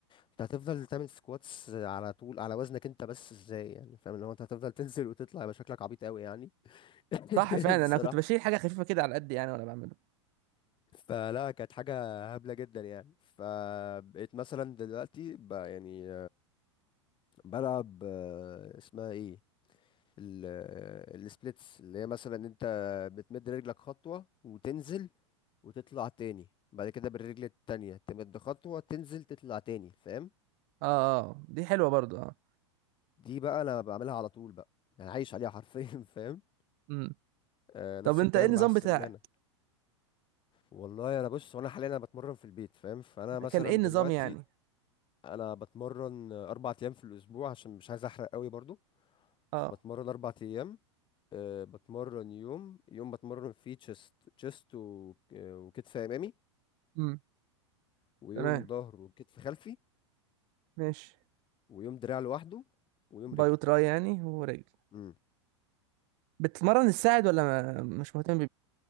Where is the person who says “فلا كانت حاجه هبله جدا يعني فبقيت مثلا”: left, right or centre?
Left